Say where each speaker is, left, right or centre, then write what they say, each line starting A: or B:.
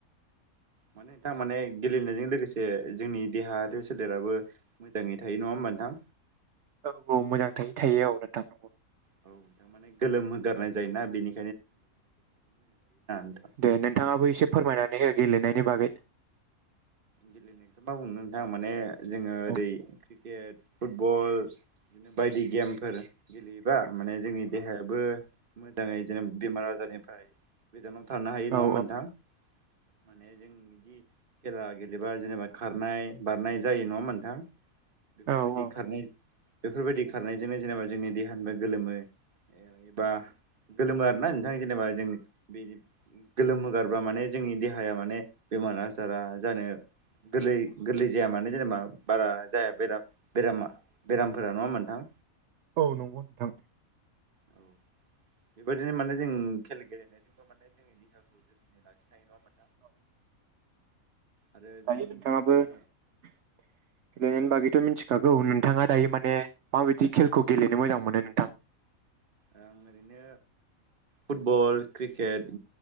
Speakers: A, on the right; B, on the right.
A: माने दा माने गेलेनाय जों लोगोसे जोंनि देहा आरो सोलेराबो मोजाङै थायो नङा होमबा नोंथां
B: औ औ मोजां थायो थायो औ नोंथां नंगौ
A: औ नोंथां माने गोलोम होगारनाय जायोना बेनि नोंथां
B: दे नोंथाङाबो एसे फोरमायनानै हो गेलेनायनि बागै
A: गेलेनायखौ मा बुंनो नोंथांं माने जोङो ओरै
B: औ
A: क्रिकेट फुटबल बिदिनो बायदि गेमफोर गेलेयोबा माने जोंनि देहाया बो मोजाङै जेनेब बेमार आजारनिफ्राय गोजानाव थानो हायो नङा
B: औ
A: होमबा नोंथां माने जों बिदि खेला गेल बिदिबा जेनेबा खारनाय बारनाय जायो नङा होनबा नोंथां बेफोरबायदि
B: औ औ
A: खारनाय बेफोरबायदि खारनायजोंनो जेनेबा जोंनि देहानिबो गोलोमो बा गोलोमो आरोना नों थां जेनोबा जों बे गोलोम होगारब्ला माने जोंनि देहाया माने बेमार आजारा जानो गोरलै गोरलै जाया मानो जेनोबा बारा जाया बे बेरामा बेरामफोरा नङा होनबा नोंथां?
B: औ नंगौ नोंथां।
A: औ। बेबायदिनो माने जों खेल गेलेनायजोंबो माने जोंनि देहाखौ जोथोनै लाखिनो हायो नङा होनबा नों
B: औ।
A: आरो जों
B: दायो नोंथाङाबो
A: माने
B: गेले बागैथ' मिनथिखागौ नोंथाङा दायो माने माबायदि खेलखौ गेलेनो मोजां मोनो नोंथां?
A: ओ आं ओरैनो फुटबल क्रिकेट